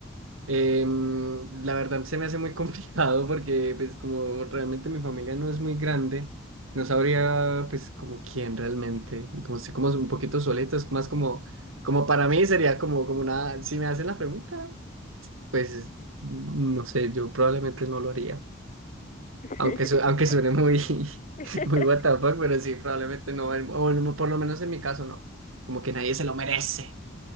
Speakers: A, on the right; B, on the left.
A: Em, la verdad se me hace muy <laughs> complicado porque pues como realmente mi familia no es muy grande, no sabría pues como quién realmente, como sé como un poquito solito, es más como, como para mí sería como, como una, si me hacen la pregunta, pues no sé, yo probablemente no lo haría.
B: <laughs>
A: Aunque, su- aunque
B: Bueno,
A: suene muy, <laughs>
B: <laughs>
A: muy what the fuck, pero sí, probablemente no, en- o no- por lo menos en mi caso no, como que nadie se lo merece.